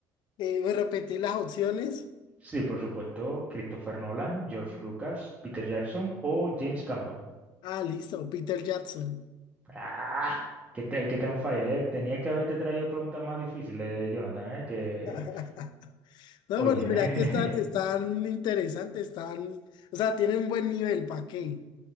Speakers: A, on the left (about 70°); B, on the right (about 15°).
A: eh, me repetí las opciones.
B: Sí, por supuesto, Christopher Nolan, George Lucas, Peter Jackson o James Cameron.
A: Ah, listo, Peter Jackson.
B: ¡Ah! Que te, que te han fallado, ¿eh? Tenía que haberte traído preguntas más difíciles, Jonathan, ¿eh? Que,
A: <laughs> No,
B: oye,
A: pero mira
B: <laughs> ve.
A: que están, están interesantes, están, o sea, tienen buen nivel, ¿para qué?